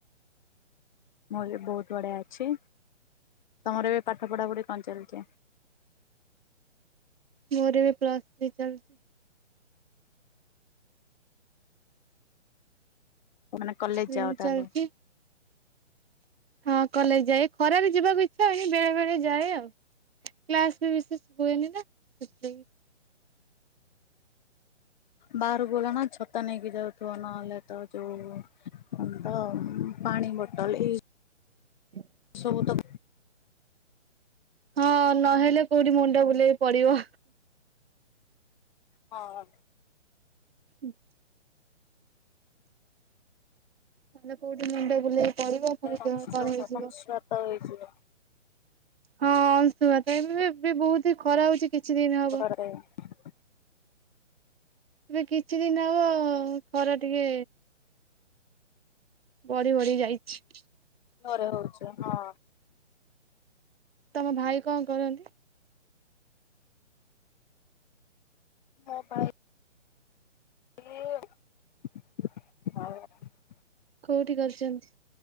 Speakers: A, on the left; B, on the right.
A: ମୋର ବି ବହୁତ ବଢିଆ ଅଛି। ତମର ଏବେ ପାଠ ପଢ଼ାପଢ଼ି କଣ ଚାଲିଚି?
B: ମୋର ଏବେ ପ୍ଲସ୍ ଥ୍ରୀ ଚାଲିଚି।
A: ମାନେ କଲେଜ
B: ହୁଁ
A: ଯାଅ ତାହେଲେ
B: ଚାଲିଚି। ହଁ କଲେଜ ଯାଏ ଖରାରେ ଯିବାକୁ ଇଚ୍ଛା ହୁଏନି ବେଳେ ବେଳେ ଯାଏ ଆଉ। କ୍ଲାସରେ ବିଶେଷ ହୁଏନି ନା ସେଥିଲାଗି।
A: ବାହାରକୁ ଗଣ ଛତା ନେଇକି ଯାଉଥିବ ନହେଲେ ତ ଯୋଉ ତ ପାଣି ବୋଟଲ୍ ଏଇ
B: ହ
A: ସବୁ ତ
B: ହଁ ନହେଲେ କୋଉଠି ମୁଣ୍ଡ ବୁଲେଇକି ପଡିବ।
A: ହଁ।
B: ଉଁ। ତାହେଲେ କୋଉଠି ମୁଣ୍ଡ ବୁଲେଇ ପଡିବ ପୁଣି
A: ଅଂଶୁଘାତ
B: ଦେହ କଣ ହେଇଯିବ।
A: ହେଇଯିବ
B: ହଁ ଅଂଶୁଘାତ ଏବେ ବି ବହୁତ ହିଁ ଖରା ହଉଛି କିଛି ଦିନ ହବ।
A: <unintelligible>
B: ଏବେ କିଛି ଦିନ ହବ ଖରା ଟିକେ ବଢି ବଢି ଯାଇଛି।
A: ଘରେ ହୋଉଚି ହଁ।
B: ତମ ଭାଇ କଣ କରନ୍ତି?
A: ମୋ ଭାଇ <unintelligible>
B: କୋଉଠି କରିଛନ୍ତି?